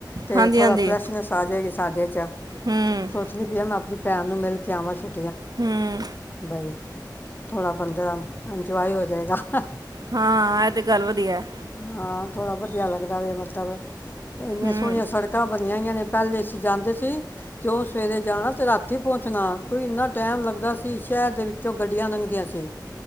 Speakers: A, on the left (about 25°); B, on the right (about 55°).
A: ਤੇ
B: ਹਾਂਜੀ
A: ਥੋੜਾ
B: ਹਾਂਜੀ
A: ਫਰੈਸ਼ਨੈਸ ਆ ਜਏਗੀ ਸ ਸਾਡੇ ਚ
B: ਹੂੰ
A: ਸੋਚਣੀ ਪੀ ਮੈਂ ਆਪਣੀ ਭੈਣ ਨੂੰ ਮਿਲ ਕੇ ਆਵ ਛੁੱ
B: ਹਂ
A: ਬਾਈ ਥੋੜ੍ਹਾ ਬੰਦੇ ਦਾ ਇੰਜੋਏ ਹੋ ਜਾਏਗਾ। <unintelligible> <unintelligible>
B: ਹਾਂ ਇਹ ਤੇ ਗੱਲ ਵਧੀਆ ਹੈ।
A: ਹਾਂ। ਥੋੜਾ ਵਧੀਆ ਲੱਗਦਾ ਵ ਮਤਲਬ ਇੰਨੇ
B: ਹੂੰ
A: ਸੋਹਣੀਆਂ ਸੜਕਾਂ ਬਣੀਆਂ ਹੋਈਆਂ ਨੇ। ਪਹਿਲੇ ਅਸੀਂ ਜਾਂਦੇ ਸੀ ਤੇ ਉਹ ਸਵੇਰੇ ਜਾਣਾ ਤੇ ਰਾਤੀ ਪਹੁੰਚਣਾ ਕੋਈ ਇੰਨਾ ਟਾਈਮ ਲੱਗਦਾ ਸੀ। ਸ਼ਹਿਰ ਦੇ ਵਿੱਚੋਂ ਗੱਡੀਆਂ ਲੰਘਦੀਆਂ ਸੀ